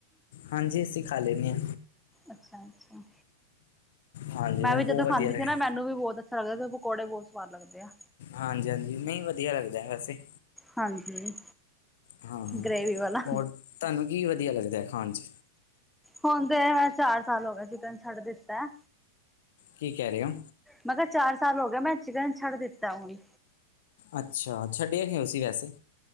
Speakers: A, on the left; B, in the centre.
A: ਹਾਂਜੀ ਅਸੀਂ ਖਾ ਲੈਣੇ ਆ।
B: ਅੱਛਾ-ਅੱਛਾ।
A: ਹਾਂਜੀ
B: ਮੈਂ
A: ਮੈਨੂੰ
B: ਵੀ ਜਦੋਂ
A: ਬਹੁਤ
B: ਖਾਂਦੀ
A: ਵਧੀਆ ਲੱਗਦਾ
B: ਸੀ ਨਾ ਮੈਨੂੰ ਵੀ ਬਹੁਤ ਅੱਛਾ ਲੱਗਦਾ ਸੀ, ਮੈਂ ਨੂੰ ਪਕੌੜੇ ਬਹੁਤ ਸਵਾਦ ਲੱਗਦੇ ਆ।
A: ਹਾਂਜੀ-ਹਾਂਜੀ, ਨਹੀਂ ਵਧੀਆ ਲੱਗਦਾ ਐ ਵੈਸੇ।
B: ਹਾਂਜੀ,
A: ਹਾਂ
B: ਗਰੇਵੀ ਵਾਲਾ।
A: ਹੋਰ ਤੁਹਾਨੂੰ ਕੀ ਵਧੀਆ ਲੱਗਦਾ ਹੈ ਖਾਣ ਚ?
B: ਹੁਣ ਤੇ ਮੈਂ, ਚਾਰ ਸਾਲ ਹੋ ਗਏ ਚਿਕਨ ਛੱਡ ਦਿੱਤਾ।
A: ਕੀ ਕਹਿ ਰਹੇ ਹੋ?
B: ਮੈਂ ਕਿਹਾ ਚਾਰ ਸਾਲ ਹੋ ਏ, ਮੈਂ ਚਿਕਨ ਛੱਡ ਦਿੱਤਾ ਹੁਣ।
A: ਅੱਛਾ, ਛੱਡਿਆ ਕਿਉਂ ਸੀ ਵੈਸੇ?